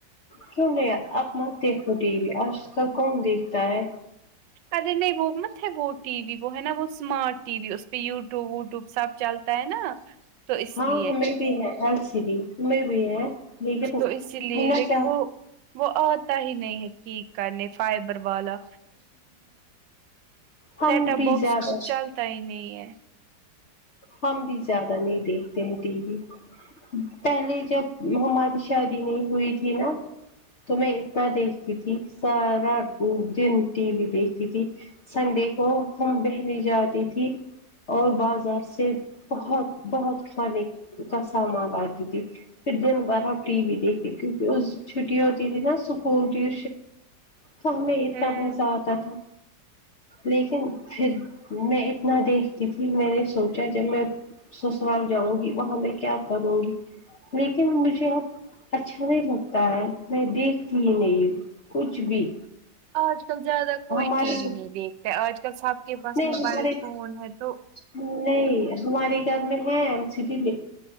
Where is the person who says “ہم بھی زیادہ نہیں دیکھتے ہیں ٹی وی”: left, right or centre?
Left